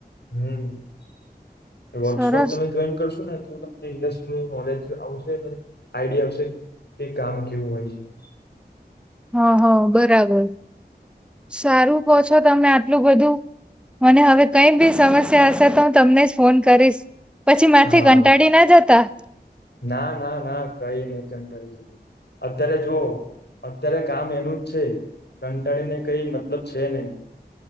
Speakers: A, on the left; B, in the centre.
A: હમ વર્કશોપ
B: સરસ
A: તમે જોઈન કરશો ને તો ઇન્ડસ્ટ્રી નોલેજ આવશે, આઈડિયા આવશે કે કામ કેવું હોય છે. <inaudible>
B: હા હા બરાબર, સારું કો છો તમે આટલું બધું મને હવે કઈ બી સમસ્યા હશે તો હું તમને જ ફોન કરીશ. પછી મારથી
A: હા
B: કંટાળી ના જતા.
A: ના ના ના કઈ નઈ કંટાળી જતો, અત્યારે જુઓ. અત્યારે કામ એનું જ છે, કંટાળીને કઈ મતલબ છે નઈ.